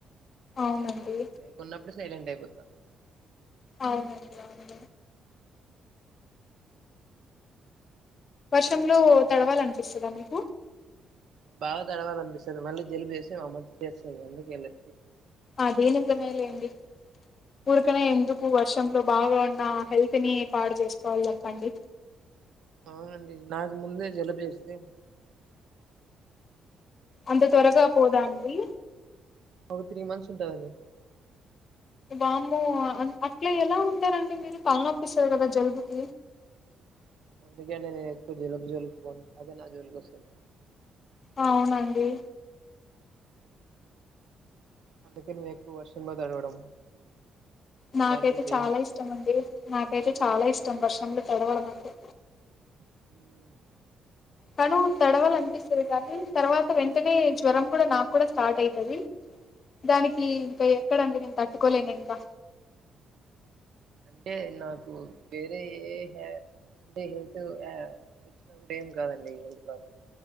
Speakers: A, on the left; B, on the right.
A: అవునండి
B: లేకున్నప్పుడు సైలెంట్ అయిపోత
A: అవునండి అవును వర్షంలో తడవాలనిపిస్తదా మీకు
B: బాగా తడవాలినిపిస్తది మళ్ళీ జలుబ చేస్తే మ ఆమ్మ చేస్తంది అందుకెళ్దు
A: ఆది నిజమే లెండి ఊరికనే ఎందుకు వర్షంలో బాగా ఉన్న హెల్త్ ని పాడు చేసుకోవాలి చేపండి
B: అవునండి నాకు ముందే జలుబ చేేస్తే
A: అంత త్వరగా పోదా అండి
B: టూ త్రీ మంత్స్ ఉంటదండి
A: వామ్మో ఆహ్ అట్లా ఎలా ఉంటారంండి మీరు తలనొప్పి ఆస్తాదీ కదా జలుబుకి
B: అందుకేే నేను ఎక్కువ జలుబ జోలుకి పోను అదే నా జోలికి వస్తుంది
A: అవునా అండి
B: అందుకే నేను ఎక్కువ వర్షంలో తడవడం
A: నాకైతే
B: అలాంటివి చేయను
A: చాలా ఇష్టమ అండి నాకైతే చాలా ఇష్టం ట్టం వర్షంలో తడవడం అంటె
B: హమ్
A: తను తడవాలి అనిపిస్తాది గాని తర్వాత వెంటనే జ్వరం కూడా నాకు కూడా స్టార్ట్ అయితది దానికి ఇంకా ఎక్కడ అండి నేను తట్టుకోలేను ఇంకా
B: అంటే నాకు వేరే ఏ అంటే హెల్త్ ఆహ్ వచ్చినప్పుడు ఏం కాదండి హెల్త్ ప్రాబ్లమ్